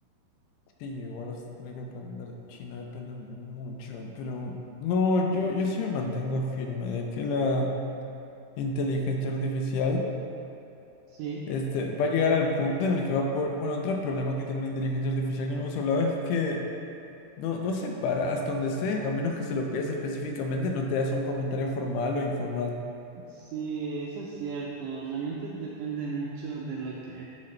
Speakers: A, on the left (about 80°); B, on the right (about 85°).
A: Sí, igual vas a tener que aprender chino, depende mucho, pero no, yo, yo sí me mantengo firme de que la inteligencia artificial
B: Sí,
A: este, va a llegar al punto en el que va a poder... Bueno, otro problema que tiene la inteligencia artificial que no hemos hablado es que no, no se para hasta donde esté, a menos que se lo pidas específicamente, no te das un comentario formal o informal.
B: sí, eso es cierto. Realmente depende mucho de lo que